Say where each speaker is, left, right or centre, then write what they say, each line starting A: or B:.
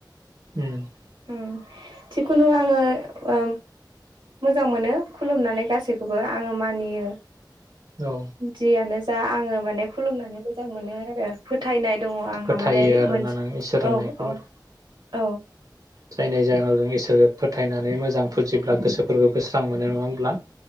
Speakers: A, on the right (about 50°); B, on the right (about 85°).
A: उम
B: ओम जिखुनु आङो मोजां मोनो खुलुमनानै गासैखौबो आङो मानियो
A: औ
B: जियानो जा आङो माने खुलुमनानै मोजां मोनो आरो फोथायनाय दङ आंहा
A: फोथायो
B: माने
A: आरोना
B: मोन
A: नों इसोर होननायखौ
B: औ औ
A: आरो
B: औ
A: जायनि जाहोनाव जों इसोरखौ फोथायनानै मोजां फुजिब्ला गोसोफोरखौबो स्रां मोनो नङा होनब्ला